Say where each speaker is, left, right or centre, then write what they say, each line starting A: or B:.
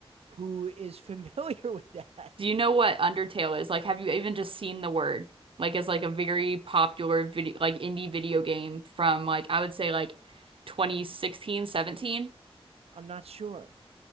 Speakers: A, on the right (about 85°); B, on the right (about 60°).
A: who is <laughs> familiar with that.
B: Do you know what Undertale is? Like, have you even just seen the word? Like, it's like a very popular video, like indie video game from like I would say like 2016, 17.
A: I'm not sure.